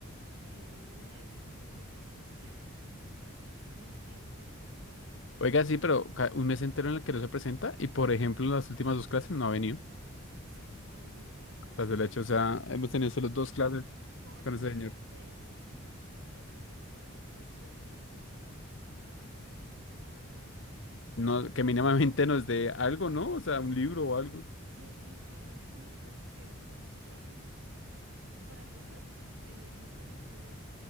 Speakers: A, on the right; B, on the left.
A: en un mes no se presentó, <laughs> o sea, yo lo entiendo, puede que lo contraten hasta ahorita,
B: Oiga,
A: pero...
B: sí, pero ca- un mes entero en el que no se presenta y, por ejemplo, en las últimas dos clases no ha venido.
A: Sí, no ha venido, entonces
B: Las del
A: como
B: hecho, o
A: que
B: sea, hemos
A: se
B: tenido
A: ahorró.
B: solo dos clases
A: O al
B: con
A: menos
B: ese señor.
A: que no sé, diga, muchachos, esta es la introducción, vayan haciendo, ta, ta, ta, sí, ji, ji", pero nada. Y en
B: No,
A: las un-
B: que mínimamente
A: únicas,
B: nos dé algo, ¿no? O sea, un libro o algo.
A: sí, y, y en las únicas que pues está, para empezar, eh, no creo que ese